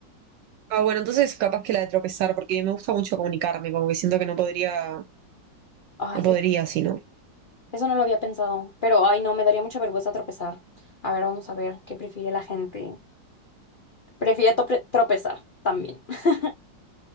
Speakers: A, on the right (about 75°); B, on the left (about 80°).
A: Ah, bueno, entonces capaz que la de tropezar, porque me gusta mucho comunicarme, como que siento que no podría,
B: Ay,
A: no podría, sino.
B: eso no lo había pensado, pero ay, no, me daría mucha vergüenza tropezar. A ver, vamos a ver qué prefiere la gente. Prefiere topre- tropezar también. <laughs>